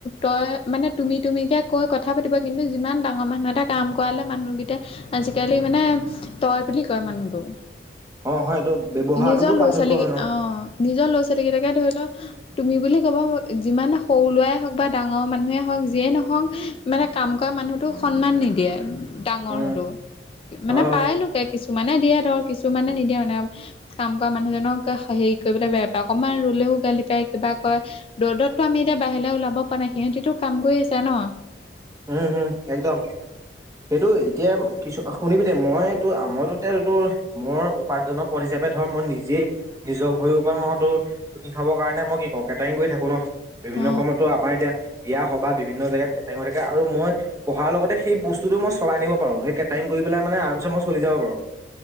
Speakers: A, on the left; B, on the right.
A: তই মানে তুমি তুমিকে কৈ কথা পাতিব, কিন্তু যিমান ডাঙৰ মানুহ এটা কাম কৰালে মানুহকেইটটা আজিকালি মানে। তই বুলি কয় মানুহটো।
B: অ হয় এইটো ব্যৱহাৰটোতো
A: নিজৰ ল'ৰা
B: পাৰ্থক্য
A: ছোৱালীক
B: হয় ন
A: অ নিজৰ ল'ৰা ছোৱালী কেইটাকে ধৰি ল তুমি বুলি ক'ব যিমান সৰু লোৱাই হওঁক বা ডাঙৰ মানুহে হওক যিয়ে নহওক মানে কাম ক মানুহতোক সন্মান নিদিয়ে ডাঙৰ
B: উম
A: হলেও মানে
B: হয় হয়
A: পায় লোকে কিছুমান কিছুমানে দিয়ে ধৰ কিছুমানে নিদিয়ে মানে কাম কৰা মানুহজনক হেৰি কৰিবলৈ বেয়া পায় অকণমান ৰৰুলে। গালি পাই কিবা কয় ৰ'দতটো আমি এতিয়া বাহিৰে ওলাব পৰা নাই সিহতিতটো কাম কৰি আছে ন।
B: উম, হম একদম এইটো এতিয়া কিছু শুনিবি দেই মই। আমইো তেলটো মোৰ। উপাৰ্জনৰ পথ হিচাপে ধৰ মই নিজেই নিজৰ ভৰিৰ ওপৰত মইতো উুটি খাব কাৰণে মই কি ক, কেটাৰিং কৰি। থাকো ন, বিভিন্ন
A: অ
B: সময়তো আমাৰ এতিয়া বিয়া সভা বা বিভিন্ন জেগাত কেটেঙতে আৰু মই পঢ়াৰ লগতে সেই বস্তুতটো মই চলাই নিব পাৰো, সেই কেটাৰিং কৰি পেলাই মানে আৰামচ মই চলি যাব পাৰো।